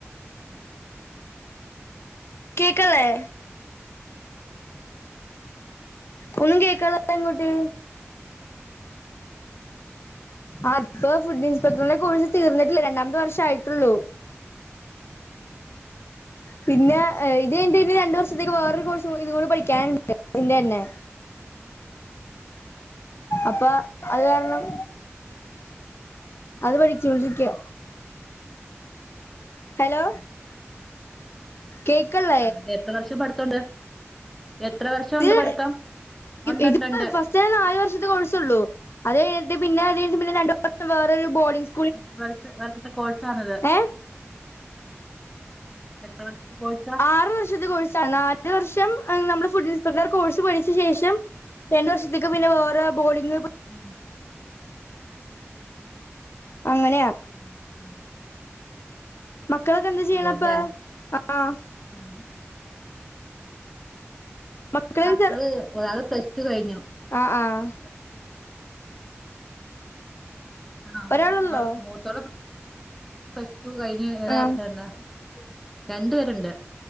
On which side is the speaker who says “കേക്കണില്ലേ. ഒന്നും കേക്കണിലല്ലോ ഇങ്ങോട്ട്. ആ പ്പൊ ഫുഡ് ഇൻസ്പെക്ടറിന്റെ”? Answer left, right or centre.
Left